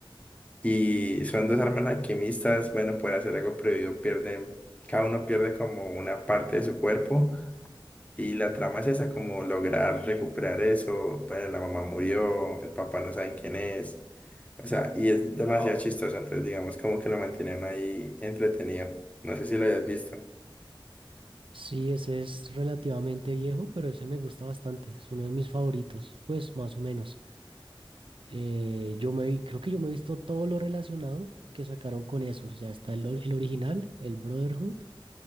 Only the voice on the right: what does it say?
Sí, ese es relativamente viejo, pero ese me gusta bastante. Es uno de mis favoritos, pues más o menos. Eh, yo me vi, creo que yo me he visto todo lo relacionado que sacaron con eso. O sea, está el, or- el original, el Brotherhood,